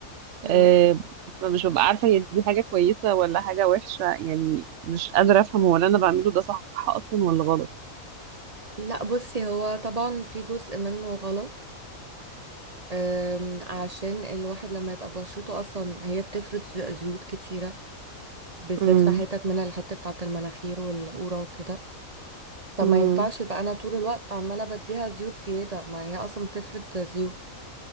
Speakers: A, on the right (about 40°); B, on the right (about 65°).
A: مم.
B: أه فمش ببقى عارفة هي دي حاجة كويسة ولا حاجة وحشة يعني مش قادرة أفهم هو اللي أنا بعمله ده صح أصلا ولا غلط
A: لا بصي هو طبعا في جزء منه غلط أم، عشان الواحد لما يبقى بشرته اصلا هي بتفرز زيوت كتيرة بالذات
B: امم
A: في حتت منها الحتة بتاعت المناخير والقورة وكده فما
B: امم
A: ينفعش يبقى انا طول الوقت عماله بديها زيوت زياده ما هي اصلا بتفرد زيوت